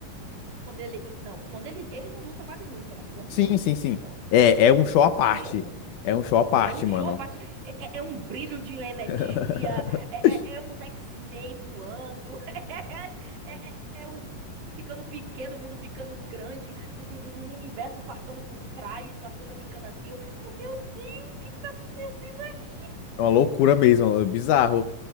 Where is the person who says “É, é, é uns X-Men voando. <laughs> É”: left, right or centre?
Right